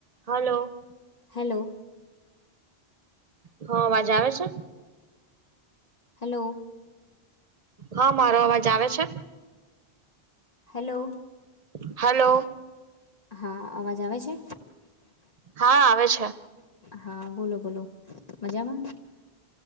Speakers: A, on the right; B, on the left.
A: Hello.
B: Hello.
A: હ અવાજ આવે છે.
B: હલો
A: હા મારો અવાજ આવે છે.
B: હેલો
A: હલો
B: હા અવાજ આવે છે.
A: હા આવે છે.
B: હા બોલો બોલો મજામાં